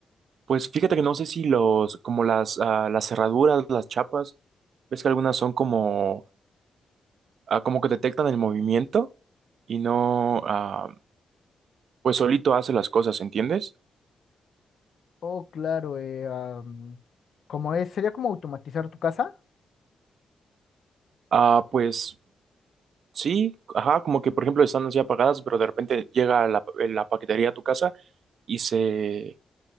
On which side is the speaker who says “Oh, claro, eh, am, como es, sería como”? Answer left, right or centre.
Left